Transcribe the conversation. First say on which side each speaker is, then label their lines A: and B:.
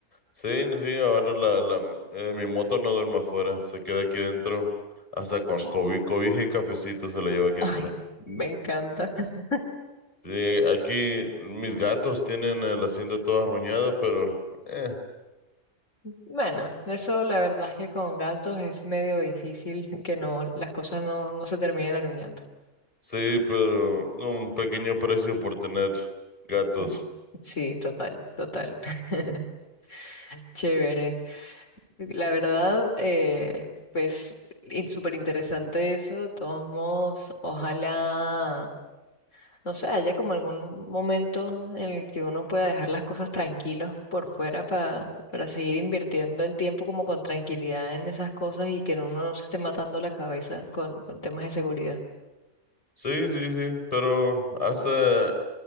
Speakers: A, on the left; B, on the left.
A: Sí, no, sí, ahora la, la, eh, mi moto no duerme afuera, se queda aquí dentro, hasta con
B: <laughs>
A: cobi- cobija y cafecito se la lleva aquí dentro.
B: Ay, me encanta. <laughs>
A: Sí, aquí mis gatos tienen el asiento todo arruñado, pero eh,
B: Bueno, eso la verdad es que con gatos es medio difícil que no, las cosas no, no se terminen aruñando.
A: sí, pero un pequeño precio por tener gatos.
B: Mm, Sí, total, total. <laughs> Chévere. La verdad, eh, pues, in- súper interesante eso. De todos modos, ojalá. no sé, haya como algún momento en el que uno pueda dejar las cosas tranquilos por fuera para, para seguir invirtiendo el tiempo como con tranquilidad en esas cosas y que uno no se esté matando la cabeza con, con temas de seguridad.
A: Sí, sí, sí, pero hasta